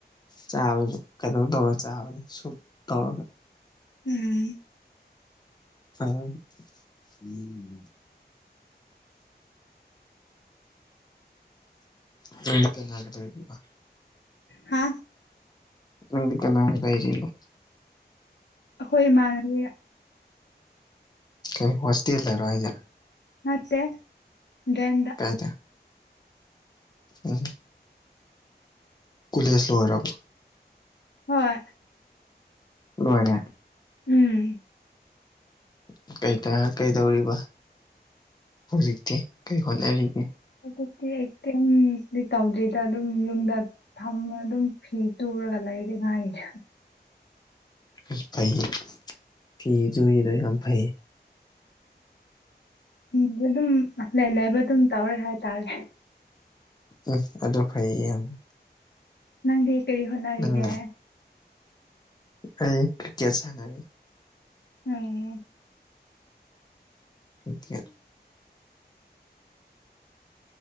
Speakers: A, on the left; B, on the left.
A: ꯆꯥꯕꯖꯨ ꯀꯩꯅꯣ ꯇꯧꯔ ꯆꯥꯕꯅꯤ ꯁꯨꯞ ꯇꯧꯔꯒ
B: ꯎꯝ
A: ꯑ ꯎꯝ ꯅꯪꯗꯤ ꯀꯅꯥꯒ ꯂꯩꯔꯤꯕ
B: ꯍꯥꯥ
A: ꯅꯪꯗꯤ ꯀꯅꯥꯒ ꯂꯩꯔꯤꯅꯣ
B: ꯑꯩꯈꯣꯏ ꯏꯃꯥꯟꯅꯕꯤ
A: ꯀꯔꯤ ꯍꯣꯁꯇꯦꯜ ꯗꯔꯣ ꯍꯥꯏꯖꯦ
B: ꯅꯠꯇꯦ ꯔꯦꯟꯗ
A: ꯀꯥꯏꯗ ꯎꯝ ꯀꯨꯂꯦꯖ ꯂꯣꯏꯔꯕꯣ
B: ꯍꯣꯏ
A: ꯂꯣꯏꯔꯦ
B: ꯎꯝ
A: ꯩ ꯀꯩꯀ ꯀꯩꯗꯧꯔꯤꯕ ꯍꯧꯖꯤꯛꯇꯤ ꯀꯩ ꯍꯣꯠꯅꯔꯤꯒꯦ
B: ꯑꯗꯨꯛꯇꯤ ꯑꯩꯛꯇꯤꯟꯗꯤ ꯑꯗꯨꯝ ꯇꯧꯗ꯭ꯔꯤꯗ ꯑꯗꯨꯝ ꯌꯨꯝꯗ ꯊꯝꯃ ꯑꯗꯨꯝ ꯐꯤ ꯇꯨꯔꯒ ꯂꯩꯗ ꯉꯥꯏꯔꯤꯗ
A: ꯑꯁ ꯐꯩꯌꯦ ꯐꯤ ꯇꯨꯔꯤꯗꯣ ꯌꯥꯝ ꯐꯩꯌꯦ
B: ꯎꯝ ꯑꯗꯨꯝ ꯂꯩ ꯂꯩꯕ ꯑꯗꯨꯝ ꯇꯧꯔꯦ ꯍꯥꯏꯇꯥꯔꯦ
A: ꯎꯝ ꯑꯗꯨ ꯐꯩꯌꯦ ꯌꯥꯝꯅ
B: ꯅꯪꯗꯤ ꯀꯔꯤ ꯍꯣꯠꯅꯔꯤꯒꯦ
A: ꯅꯪ ꯑꯩ ꯀ꯭ꯔꯤꯀꯦꯠ ꯁꯥꯟꯅꯔꯤ
B: ꯎꯝ
A: ꯀ꯭ꯔꯤꯀꯦꯠ